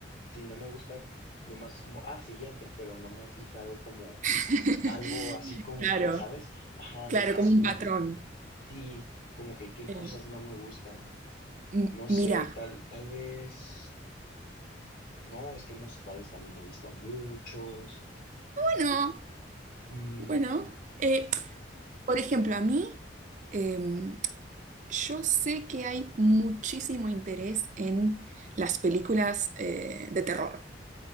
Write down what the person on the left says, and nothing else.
si no me gusta, nomás es como, ah, siguiente, pero no me he fijado como
algo así como
que, ¿sabes? Ajá,
así
como
que, sí, como que qué
cosas no me gustan.
No
sé, tal, tal vez, no, es que musicales también he visto muchos,
Mm,